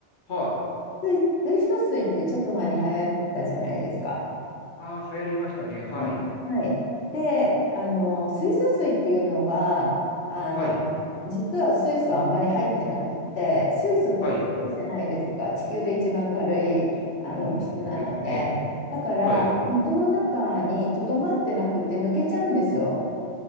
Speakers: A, on the left; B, on the left.
A: はい。
B: 水、水素水ってちょっと前に流行ったじゃないですか。
A: ああ、流行りましたね。はい、
B: はい。はい。で、あの、水素水っていうのは、あの、
A: はい、
B: 実は水素あんまり入ってなくって、水素って軽いじゃないですか。
A: はい。
B: 地球で一番軽いあの物質なので。
A: うん、ですね。
B: だから、
A: はい。
B: 水の中にとどまってなくて抜けちゃうんですよ。